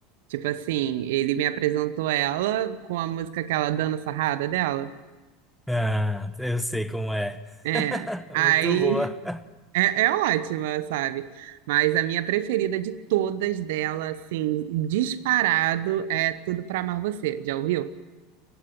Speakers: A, on the right; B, in the centre.
A: Tipo assim, ele me apresentou ela com a música que ela Dana Sarrada dela.
B: Ah, eu sei como é.
A: É.
B: <laughs>
A: Aí
B: Muito boa.
A: é, é ótima, sabe? Mas a minha preferida de todas dela, assim, disparado, é Tudo Pra Amar Você. Já ouviu?